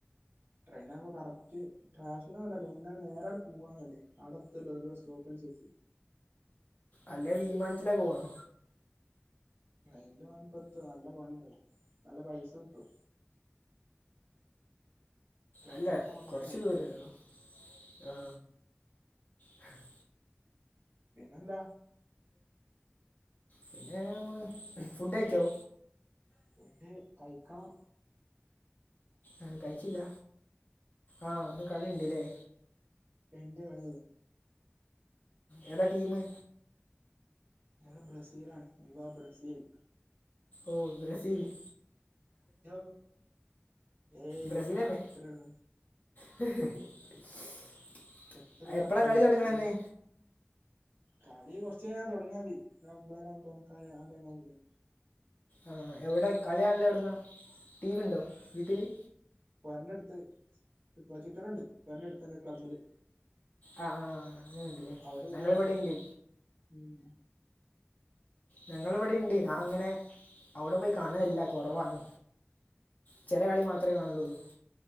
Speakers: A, on the right; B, on the left.
A: ട്രെയിൻ ആകുമ്പോൾ കറക്റ്റ് ട്രാഫിക്ക്‌ ഒന്നും ഇല്ലല്ലോ അങ്ങന നേരെ അങ്ങട് പോകാല്ലോ അടത്തല്ലോ സ്റ്റോപ്പിൽ <unintelligible>
B: അല്ലെ വിമാനത്തിലൊക്കെ പോണോ
A: ട്രെയിൻല് പോയപോതും നല്ല പണിണ്ടത് നല്ല പൈസ കിട്ടും ട്രെയിനിലൊക്കെ
B: അല്ല
A: പോണതാ
B: കുറച്ച്
A: നല്ലത്
B: ദൂരല്ലേള്ളോ ആ
A: ഉം
B: <unintelligible>
A: പിന്നെന്താ
B: പിന്നെ ഫുഡ് കഴിച്ചോ
A: ഫുഡ് കൈക്കണം
B: അ കയ്ച്ചില്ല ആഹ് ഇന്ന് കളിണ്ട്ല്ലേ
A: ഇപ്പെന്റെ കളി
B: ഏതാ ട്ടീമ്
A: ഞാന് ബ്രസീലാണ് വിവാ ബ്രസീൽ
B: ഓ ബ്രസീല്
A: ജോ ഏയ്
B: ബ്രസീൽ തന്നെ
A: അത്അത്രോള്ളു
B: <unintelligible>
A: എത്ര പറഞ്ഞാലും
B: എപ്പോഴാണ് കളി
A: ബ്രസീൽ
B: തുടങ്ങണമെന്ന്
A: കളി കൊറച്ച്യാ തൊടങ്ങാതി ഒരൊ മ്പഅര ഒമ്പതേ മുക്കാല് ആ ട്ടൈം ആവുമ്പക്കും
B: ആ എവടെ കളികാണലെവ്ട്ന്നാ ട്ടീവിണ്ടോ വീട്ടില്
A: ഒര്നെട്ത്ത് പ്രൊജറ്ററ്ണ്ട് ഒര്നെടുത്തന്നെ ക്ലബ്ബില്
B: ആ ആ അങ്ങന്ണ്ട്ല്ലേ
A: അവിടെ
B: ഞങ്ങളിവിടെണ്ട്
A: പോയി കാണും ഉം
B: ഞങ്ങളവിടെണ്ട് അത്ങ്ങനെ അവ്ടെ പോയി കാണലില്ല കുറവാണ് ച്ചെല കളി മാത്രെ കാണലൊള്ളൂ